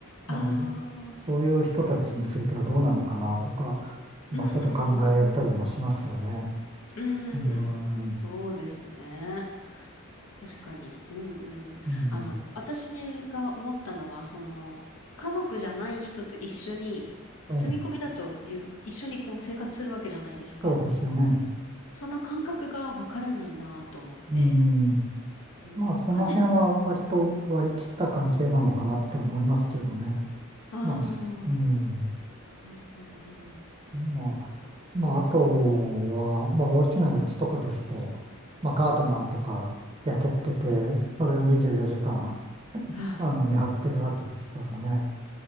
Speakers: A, on the left (about 75°); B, on the right (about 25°).
A: ああ、
B: まあ、そういう人たちについてはどうなのかなとか、まあ、
A: うん、
B: ちょっと考えたりもしますよね。
A: うん、うん、
B: うーん、
A: うん。そうですね。確かに。うんうん。
B: うん、
A: あの、私が思ったのは、その、家族じゃない人と一緒に、
B: はい、
A: 住み込みだという、一緒にこう生活するわけじゃないですか。
B: そうですよね。
A: その感覚がわからないなと思って。
B: うん、
A: うん、
B: まあ、その辺は割と割り切った関係なのかなって思いますけどね。
A: 家事、ああ、
B: まあ、しうん、
A: うんうんうん。
B: まあ、まあ、あとは、まあ、大きな家とかですと、まあ、ガードマンとか雇ってて、それを24時間、
A: あ
B: あの、見張ってるわけですからね。